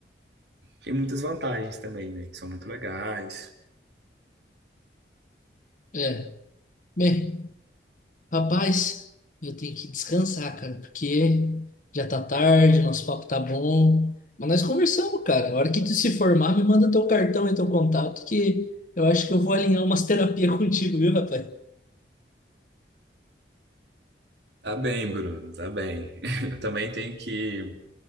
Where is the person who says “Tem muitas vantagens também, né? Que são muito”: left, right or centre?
Right